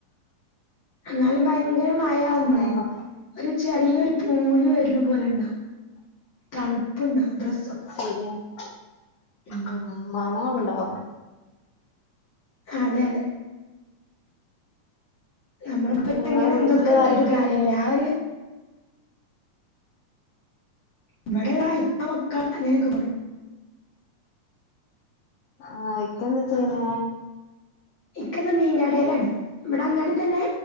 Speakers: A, on the left (about 45°); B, on the left (about 75°).
A: എന്നാലും ഭയങ്കര മഴ ആവുമ്പളെ
B: ആ
A: ഒരു ചെറിയൊരു പൂല് വരുണ പോലെ ഉണ്ടാവും തണുപ്പുണ്ടാവും ഡ്രസ്സൊക്കെ
B: ശരിയാണ്
A: ഉം.
B: ഉ മണം ഉണ്ടാവോ
A: അതെ അതെ നമ്മള് <inaudible>
B: നിങ്ങളെ
A: എങ്ങനെ
B: വീട്ടില്
A: എന്തൊക്കെ ഇട്ടിട്ട്
B: ആരൊക്കെണ്ട്
A: കാര്യല്ല്യ ആ ഒര് ഇവട ഇള്ള ആള് ഇപ്പ മക്കൾ അങ്ങനൊക്കെ പോണ്
B: ആ ഇക്കന്താ ചെയ്യ്ണേ
A: ഇക്കന്ന് മീൻ കടേലാണ് ഇവടെ അങ്ങാടി തന്നെ